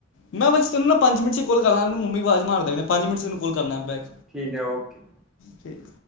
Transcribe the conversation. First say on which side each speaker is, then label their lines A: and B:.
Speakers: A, on the left; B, in the centre.
A: ਮੈਂ ਤੈਨੂੰ ਨਾ ਪੰਜ ਮਿੰਟ ਚ' ਕੋਲ ਕਰਨਾ, ਮੈਨੂ ਮੰਮੀ ਆਵਾਜ਼ ਮਾਰ ਦੇ ਪਏ ਪੰਜ ਮਿੰਟ ਚ ਤੈੂੰ ਕੋਲ ਕਰਨਾ ਬੈਕ।
B: ਠੀਕ ਹੈ, ਓਕੇ।
A: ਠੀਕ।